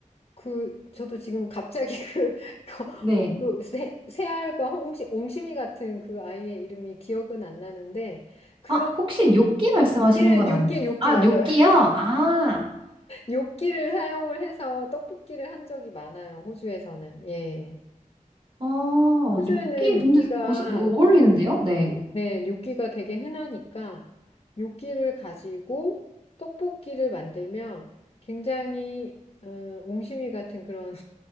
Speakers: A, on the left; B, on the right.
A: 그 저도 지금 갑자기 그, <laughs> 거-
B: 네.
A: 그 새, 새알과 홍시, 옹심이 같은 그 아이의 이름이 기억은 안 나는데 그런
B: 아, 혹시 요끼 말씀하시는
A: 예,
B: 건
A: 요끼
B: 아니,
A: 요끼
B: 아,
A: 맞아요.
B: 요끼요?
A: <laughs>
B: 아,
A: 요끼를 사용을 해서 떡볶이를 한 적이 많아요. 호주에서는. 예.
B: 어,
A: 호주에는
B: 요끼 근데
A: 요끼가
B: 어, 어울리는데요? 네.
A: 네, 요끼가 되게 흔하니까 요끼를 가지고 떡볶이를 만들면 굉장히 음, 옹심이 같은 그런